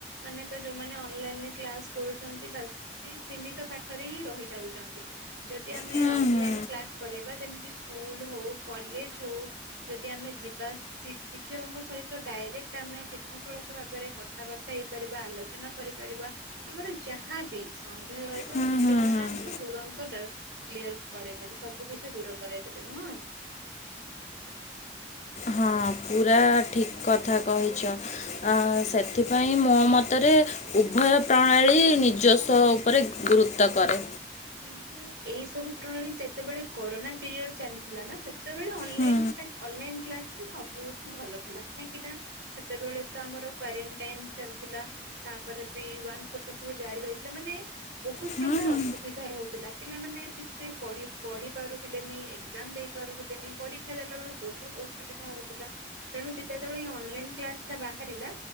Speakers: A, on the right; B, on the left.
A: ମାନେ ତ ଯୋଉମାନେ ଅନଲାଇନରେ କ୍ଲାସ କରୁ। ବାସ ସେଇ ସିମୀତ ପାଠରେ ହି ରହି ଯାଉଛନ୍ତି ଯଦି ଆମେ
B: ହୁଁ
A: ଅଫଲାଇନ
B: ହୁଁ
A: କ୍ଲାସ କରିବା ଯେମିତି ସ୍କୁଲ ହଉ କଲେଜ ହଉ ଯଦି ଆମେ ଯିବା ଶିକ୍ଷକଙ୍କ ସହିତ ଡାଇରେକ୍ଟ ଆମେ ସିଧାସଳଖ ଭାବରେ କଥାବାର୍ତ୍ତା ହେଇପାରିବା ଆଲୋଚନା କରିପାରିବା ଆମର। ଯାହାବି ସନ୍ଦେହ ରହିବ
B: ହୁଁ
A: ଶିକ୍ଷକ
B: ହୁଁ ହୁଁ
A: ମାନେ ଆମକୁ ତୁରନ୍ତ କ୍ଲିୟର କରାଇଦେବେ ସବୁ କିଛି ଦୂର କରାଇଦେବେ ନୁହଁ।
B: ହଁ ପୁରା ଠିକ କଥା କହିଛ ସେଥିପାଇଁ ମୋ ମତରେ ଉଭୟ ପ୍ରଣାଳୀ ନିଜସ୍ୱ ଉପରେ ଗୁରୁତ୍ୱ କରେ।
A: କିନ୍ତୁ ଏଇ ସବୁ ପ୍ରଣାଳୀ ଯେତେବେଳେ କୋରୋନା ପିରିୟଡ ଚାଲିଥିଲା ନା ସେତେବେଳେ ଅନଲ
B: ହୁଁ
A: ଅନଲାଇନ କ୍ଲାସ ସବୁଠୁ ଭଲ ଥିଲା କାହିଁକି ନା ସେତେବେଳେ ତ ଆମର କ୍ଵାରେଣ୍ଟାଇନ ଚାଲିଥିଲା ତାପରେ ବି ୱାନ ଫୋର୍ଟି ଫୋର ଜାରି ରହିଥିଲା ମାନେ ବହୁତ
B: ହୁଁ
A: ପ୍ରକାର
B: ହୁଁ।
A: ଆ ସୁବିଧା ରହୁଥିଲା ପିଲାମାନେ ଠିକ ସେ ପ ପଢି ପାରୁଥିଲେନି ଏକ୍ଜାମ ଦେଇ ପାରୁଥିଲେନି ପରୀକ୍ଷା ଦେଲା ବେଳେ ବହୁତ ଅସୁବିଧା ହଉଥିଲା ତେଣୁ ଯେତତେବେଳେ ଏଇ ଅନଲାଇନ କ୍ଲାସ ଟା ବାହାରିଲା